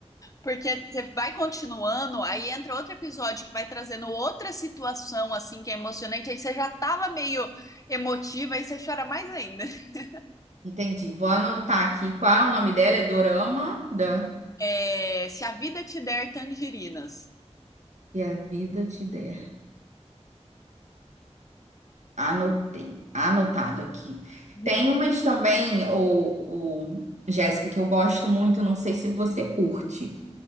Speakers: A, on the left; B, on the right.
A: Porque você vai continuando, aí entra outro episódio que vai trazendo outra situação, assim, que é emocionante, aí você já tava meio emotiva, aí você chora mais ainda. <laughs>
B: Entendi. Vou anotar aqui qual é o nome dela. É Dorama da
A: É, Se a vida te der tangerinas.
B: e a Vida Te Der. Anotei, anotado aqui.
A: <laughs>
B: Tem umas também, o, o Jéssica, que eu gosto muito. Não sei se você curte.